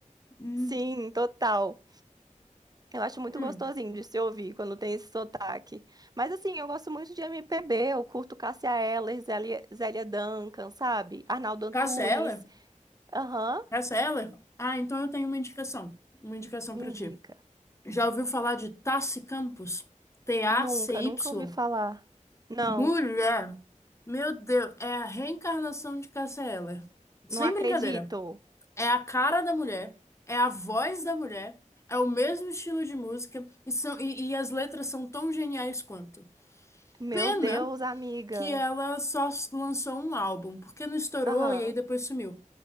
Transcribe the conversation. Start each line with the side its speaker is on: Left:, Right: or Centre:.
Left: Hum,
Right: Sim, total. Eu acho muito
Left: hum.
Right: gostosinho de se ouvir quando tem esse sotaque. Mas assim, eu gosto muito de MPB, eu curto Cássia Eller, Zélia, Zélia Duncan, sabe? Arnaldo Antunes.
Left: Cancela?
Right: Aham,
Left: Cancela? Ah, então eu tenho uma indicação. Uma indicação
Right: me
Left: pra
Right: indica.
Left: ti. Já ouviu falar de Taci Campos? T-A-C-Y?
Right: Nunca, nunca ouvi falar. Não,
Left: Mulher! Meu Deus, é a reencarnação de Cássia Eller. Sem
Right: não acredito.
Left: brincadeira. É a cara da mulher, é a voz da mulher, é o mesmo estilo de música e, são, e, e as letras são tão geniais quanto.
Right: Meu
Left: Pena
Right: Deus, amiga.
Left: que ela só lançou um álbum, porque não estourou
Right: Aham,
Left: e aí depois sumiu.